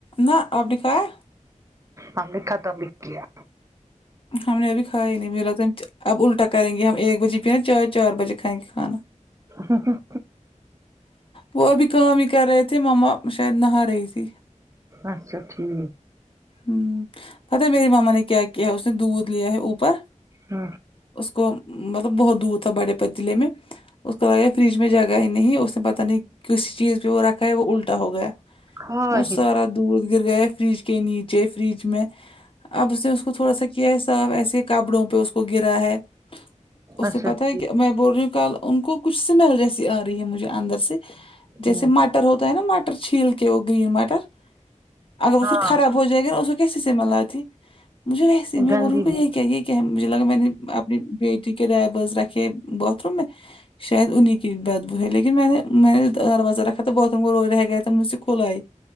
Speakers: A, on the left; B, on the right.
A: نہ آپ نے کھایا
B: ہم نے ختم بھی کیا کیا
A: ہم نے ابھی کھایا نہیں مجھے لگتا ہے اب الٹا کریں گے ہم ایک بجے ہی پیا نا چائے چار بجے کھائیں گے کھانا
B: ہاں ہاں
A: وہ ابھی کام ہی کر رہے تھے مما شاید نہا رہی تھی
B: اچھا ٹھیک
A: ہم پتا میری ماما نے کیا کیا اس نے دودھ لیا ہے اوپر
B: ہاں
A: اس کو مطلب بہت دودھ تھا بڑے پتیلے میں اس کو لگا فریج میں جگا ہی نہیں اس نے پتاہ نہیں کسی چیز پہ وہ رکھا ہے وہ الٹا ہو گیا ہے
B: ہاں
A: وہ سارا دودھ گر گیا فریج کے نیچ چ فریج میں اب اس نے اس کو تھوڑا سا کیا ہے صاف ایسے کپڑوں پہ اس کو گرا ہے اسے
B: اچھا
A: پتا ہے
B: ٹھیک
A: کہ میں بول رہی ہوں کل ان کو کچھ سمیل جیسی آ رہی ہے مجھے اندر سے جیسے
B: ہ
A: مٹر ہوتا ہے نا مٹر چھیل کے وہ گرین مٹر اگر وہ
B: ہاں
A: پھر خراب ہو جائے گا اس کو کیسے سے ملات ت مجھے ویسی میں
B: گندی
A: بول رہوںی
B: بو
A: کہ یہ کیا یہ کیا مجھے لگا میں نے اپنی بیٹی کے رائے باز رکھے باتھ روم میں شاید انہ کی بات ب ہے لیکن میں نے میں نے دروازہ رکھا تھا باتتوں کو رو رہ گیا تو مجھ سے کھلئے